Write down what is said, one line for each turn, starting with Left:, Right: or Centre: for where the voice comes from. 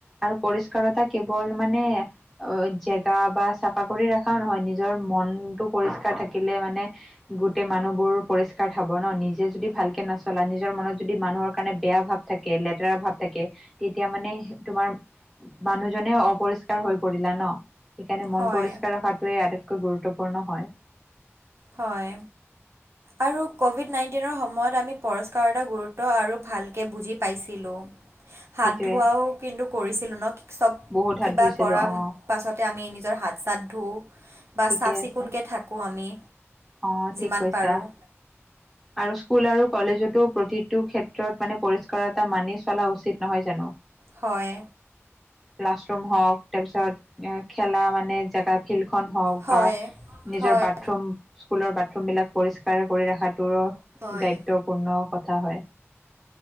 Centre: আৰু পৰিষ্কাৰ এটা কেৱল মানে অ' জেগা বা চাফা কৰি ৰাখাও নহয় নিজৰ মনটো পৰিষ্কাৰ থাকিলে মানে গোটেই মানুহবোৰ পৰিষ্কাৰ থব ন নিজে যদি ভালকে নচলা নিজৰ মনত যদি মানুহৰ কাৰণে বেয়া ভাৱ থাকে লেতেৰা ভাৱ থাকে। তেতিয়া মানে তোমাৰ মানুহজনে অপৰিষ্কাৰ হৈ পৰিলা ন। সেইকাৰণে মন
Right: হয়
Centre: পৰিষ্কাৰ ৰখাটোৱে আটাইতকৈ গুৰুত্বপূৰ্ণ হয়।
Right: হয় আৰু কভিড নাই ইটিনৰ সময়ত আমি পুৰস্কাৰ এটা গুৰুত্ব আৰু ভালকৈ বুজি পাইছিলো। হাত
Centre: সেইটোৱে
Right: ধোৱাও কিন্তু কৰিছিলো ন চব
Centre: বহুত হাত
Right: কিবা
Centre: ধুইছিলো
Right: কৰাম
Centre: অ
Right: পাছতে আমি নিজৰ হাত চাত ধুও বা
Centre: ঠিকে
Right: চাফ
Centre: আছে
Right: চিকুণকৈ থাকো আমি।
Centre: অ' ঠিক
Right: যিমান
Centre: কৈছা।
Right: পাৰোঁ
Centre: আৰু স্কুল আৰু কলেজতো প্ৰতিটো ক্ষেত্ৰত মানে পৰিষ্কৰতা মানি চলা নহয় জানো।
Right: হয়।
Centre: ক্লাছৰুম হওঁক তাৰপিছত খেলা মানে জেগা ফিল্ড খন হওঁক
Right: হয়
Centre: বা নিজৰ
Right: হয়
Centre: বাথৰুম স্কুলৰ বাথৰুম বিলাক পৰিষ্কাৰ কৰি ৰখাটোৰো
Right: হয়
Centre: দায়িত্বপূৰ্ণ কথা হয়।